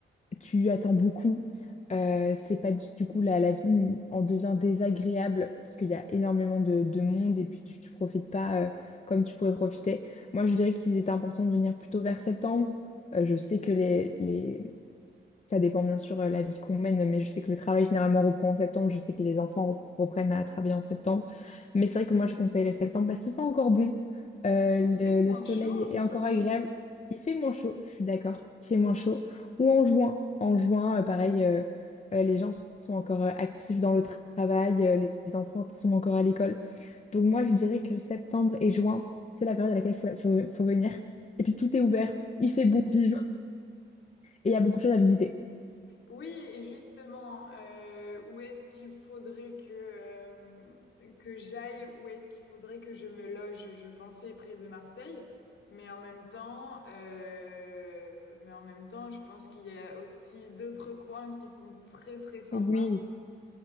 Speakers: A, on the left; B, on the left.
A: tu attends beaucoup. Euh, c'est pas du, du coup la, la vie en devient désagréable parce qu'il y a énormément de, de monde et puis tu, tu profites pas euh, comme tu pourrais profiter. Moi, je dirais qu'il est important de venir plutôt vers septembre. Euh, je sais que les, les, ça dépend bien sûr euh, la vie qu'on mène, mais je sais que le travail généralement reprend en septembre. Je sais que les enfants rep- reprennent à travailler en septembre. Mais c'est vrai que moi, je conseillerais septembre parce qu'il fait encore bon. Euh, le,
B: Peut-être moins
A: le soleil
B: chaud aussi,
A: est encore
B: non?
A: agréable. Il fait moins chaud, je suis d'accord. Il fait moins chaud. Ou en juin. En juin, euh, pareil, euh, euh, les gens sont encore euh, actifs dans le tra- travail, euh, les les enfants sont encore à l'école. Donc moi, je dirais que septembre et juin, c'est la période à laquelle il faut, faut faut venir. Et puis tout est ouvert, il fait bon vivre et il y a beaucoup de choses à visiter.
B: Oui, et justement, euh, où est-ce qu'il faudrait que, euh, que j'aille, où est-ce qu'il faudrait que je me loge? Je pensais près de Marseille, mais en même temps, euh, mais en même temps, je pense qu'il y a aussi d'autres coins qui sont très très sympas.
A: Oui,